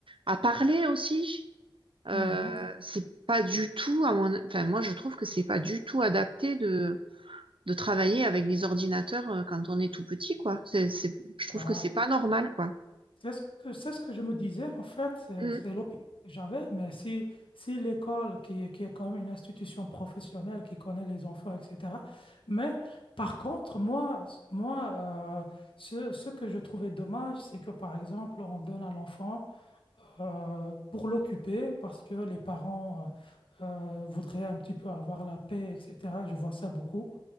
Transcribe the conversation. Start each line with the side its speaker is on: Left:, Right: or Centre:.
Right: à parler aussi. Euh,
Left: Mhm.
Right: c'est pas du tout à mon, enfin, moi, je trouve que c'est pas du tout adapté de de travailler avec des ordinateurs euh, quand on est tout petit, quoi. C'est, c'est, je
Left: Bah,
Right: trouve que c'est pas normal, quoi.
Left: c'est ce que, c'est ce que je me disais, en fait, c'est
Right: Mm,
Left: c'est l'opinion que j'avais, mais si, si l'école, qui, est- qui est quand même une institution professionnelle, qui connaît les enfants, etc. Mais par contre, moi, s- moi euh, ce, ce que je trouvais dommage, c'est que, par exemple, on donne à l'enfant euh, pour l'occuper, parce que les parents euh, euh, voudraient un petit peu avoir la paix, etc. Je vois ça beaucoup.